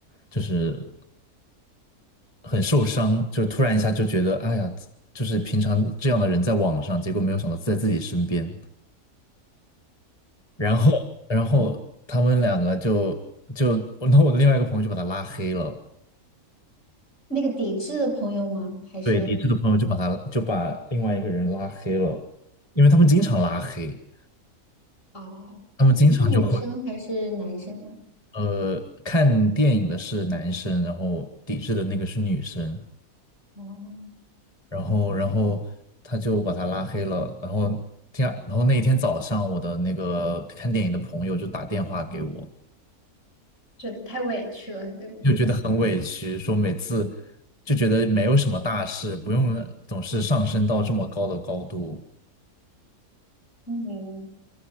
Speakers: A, on the left; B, on the left.
A: 就是很受伤，就突然一下就觉得，哎呀，就是平常这样的人在网上，结果没有想到在自己身边。然后然后他们两个就就然后我的另外一个朋友就把他拉黑了，
B: 哦，那个抵制的朋友吗？还是
A: 对，抵制的朋友就把他就把另外一个人拉黑了，因为他们经常拉黑，
B: 啊，哦你是女生还是男生啊？
A: 他们经常就会呃看电影的是男生，然后抵制的那个是女生，
B: 哦。
A: 然后然后他就把他拉黑了，然后第二然后那一天早上我的那个看电影的朋友就打电话给我。
B: 觉得太委屈了，对吗？
A: 就觉得很委屈，说每次就觉得没有什么大事，不用总是上升到这么高的高度。
B: 嗯